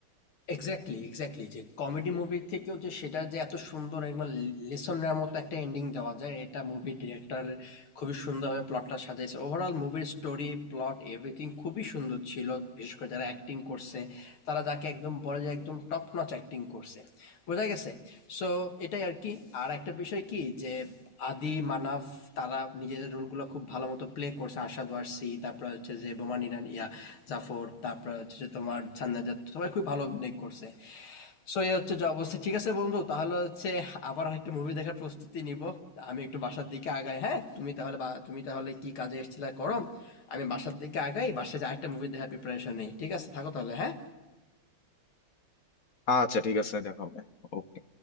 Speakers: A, on the left; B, on the left.
A: এক্স্যাক্টলি, এক্স্যাক্টলি যে কমেডি মুভির থেকেও যে সেটা যে এত সুন্দর একবার লেসন নেওয়ার মতো একটা এন্ডিং দেওয়া যায় এটা মুভির ডিরেক্টর খুবই সুন্দরভাবে প্লটটা সাজিয়েছে ওভারঅল মুভির স্টোরি প্লট এভরিথিং খুবই সুন্দর ছিল বিশেষ করে যারা অ্যাক্টিং করছে তারা যাকে একদম বলে যে একদম টপ নচ অ্যাক্টিং করছে বোঝা গেছে সো এটাই আর কি আর একটা বিষয় কি যে আদি মানাফ তারা নিজেদের রোলগুলো খুব ভালো মতো প্লে করছে আশাদ ওয়ারসি তারপর হচ্ছে যে বোমান ইরান ইয়া জাফর তারপর হচ্ছে যে তোমার ছান্নাজাত সবাই খুব ভালো অভিনয় করছে সো এই হচ্ছে যে অবস্থা ঠিক আছে বন্ধু তাহলে হচ্ছে আবার একটা মুভি দেখার প্রস্তুতি নিব আমি একটু বাসার দিকে আগাই হ্যাঁ তুমি তাহলে বা তুমি তাহলে কি কাজে এসেছিলে করো আমি বাসার দিকে আগাই বাসায় যে আরেকটা মুভি দেখার প্রিপারেশন নেই ঠিক আছে থাকো তাহলে হ্যাঁ
B: আচ্ছা ঠিক আছে দেখা হবে ওকে